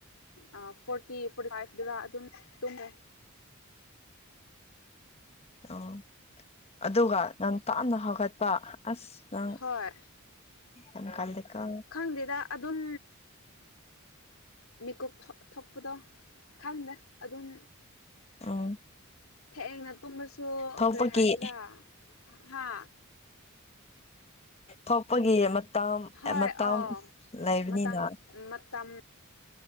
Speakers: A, on the left; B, on the left.
A: ꯑ ꯐꯣꯔꯇꯤ ꯐꯣꯔꯇꯤꯐꯥꯏꯚ ꯗꯨꯔ ꯑꯗꯨꯝ ꯇꯨꯝꯃꯦ
B: ꯑꯣ ꯑꯗꯨꯒ ꯅꯪ ꯄꯥꯞꯅ ꯍꯧꯒꯠꯄ ꯑꯁ ꯅꯪ
A: ꯍꯣꯏ
B: ꯌꯥꯝ ꯀꯜꯂꯤꯀꯣ
A: ꯈꯪꯗꯦꯗ ꯑꯗꯨꯝ ꯃꯤꯦꯀꯞ ꯊꯣꯛꯄꯗꯣ ꯈꯪꯗꯦ ꯑꯗꯨꯝ
B: ꯑꯝ
A: ꯍꯌꯦꯡꯅ ꯇꯨꯝꯂꯁꯨ
B: ꯊꯣꯛꯄꯒꯤ
A: ꯀꯔꯤ ꯍꯥꯏꯁꯤꯔꯥ ꯍꯥ
B: ꯊꯣꯛꯄꯒꯤ ꯃꯇꯝ
A: ꯍꯣꯏ
B: ꯃꯇꯝ
A: ꯑꯥꯎ
B: ꯂꯩꯕꯅꯤꯅ
A: ꯃꯇꯝ ꯃꯇꯝ